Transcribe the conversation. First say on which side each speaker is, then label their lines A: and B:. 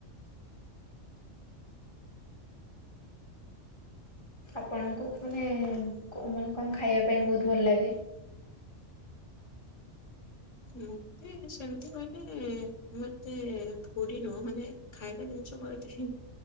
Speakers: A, on the left (about 25°); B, on the left (about 80°).
A: ଆପଣଙ୍କୁ ଖୁନେ କୁମାନେ କଣ ଖାଇବା ପାଇଁ ବହୁତ ଭଲ ଲାଗେ।
B: ମତେ ସେମିତି କହିଲେ ମତେ ପୁଡି ନୁହ ମାନେ ଖାଇବା ଜିନିଷ କଣ ଏତେ ହୁ